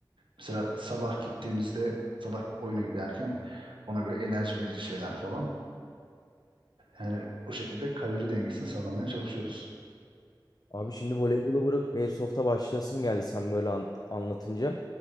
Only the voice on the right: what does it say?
Mesela sabah gittiğimizde, sabah oyuna giderken ona göre enerji verici şeyler falan. Yani o şekilde kalori dengesini sağlamaya çalışıyoruz.